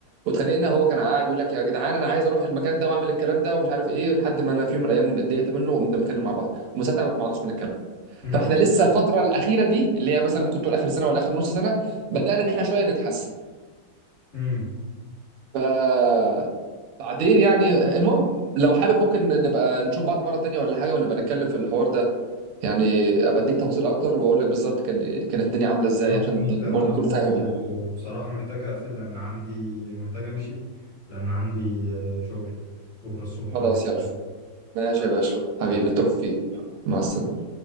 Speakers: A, on the right (about 85°); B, on the left (about 30°).
A: واتخانقنا هو كان قاعد يقول لك يا جدعان انا عايز اروح المكان ده واعمل الكلام ده ومش عارف ايه لحد ما انا في يوم من الايام اتضايقت منه وقمت متخانق مع بعض ومن ساعتها ما عدناش بنتكلم
B: مم.
A: فاحنا لسه الفتره الاخيره دي اللي هي مثلا ممكن تقول اخر سنه ولا اخر نص سنه بدانا ان احنا شويه نتحسن
B: مم.
A: ف تعديل يعني المهم لو حابب ممكن نبقى نشوف بعض مرة تانية ولا حاجة ونبقى نتكلم في الحوار ده يعني ابقى اديك تفاصيل اكتر واقول لك بالظبط كان كانت الدنيا عاملة ازاي
B: خلاص
A: عشان
B: مش لان
A: برضه
B: انا برضو
A: تكون فاهم يعني
B: بصراحه محتاج اقفل لان عندي محتاج امشي لان عندي آه، شغل بكره الصبح
A: خلاص
B: بدري
A: يلا ماشي يا باشا حبيبي
B: يا
A: بالتوفيق مع السلامة